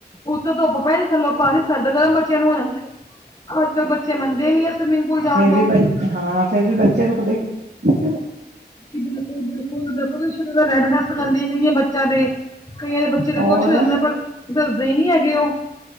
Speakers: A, on the left (about 25°); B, on the right (about 85°).
A: ਉੱਥੋਂ ਧੁੱਪ ਪੈ ਥੱਲੋਂ ਪਾਣੀ ਸਰਦ ਗਰਮ ਬੱਚਿਆਂ ਨੂੰ ਹੋ ਜਾਂਦਾ ਅੱਜ ਕੱਲ੍ਹ ਬੱਚੇ ਮੰਨਦੇ ਨੀ ਹੈ ਸਵੀਮਿੰਗ ਪੂਲ ਜਾਣ
B: ਫੇਰ ਵੀ
A: ਤੋਂ
B: ਬ ਹਾਂ ਫਿਰ ਵੀ ਬੱਚੇ ਰੁਕਦੇ ਨੀ
A: ਜੀ ਬਿਲਕੁਲ-ਬਿਲਕੁਲ ਦੇਖੋ ਸ਼ੁਰੂ ਰੈਡ ਨੇਸ ਹੋ ਜਾਂਦੀ ਹੈ ਕਈਆਂ ਬੱਚਿਆਂ ਦੇ ਕਈਆਂ ਦੇ ਬੱਚੇ ਤੇ
B: ਹੋਰ
A: ਕੁਛ ਹੋ ਜਾਂਦਾ ਪਰ ਦੱਸਦੇ ਹੀ ਨਹੀਂ ਹੈਗੇ ਉਹ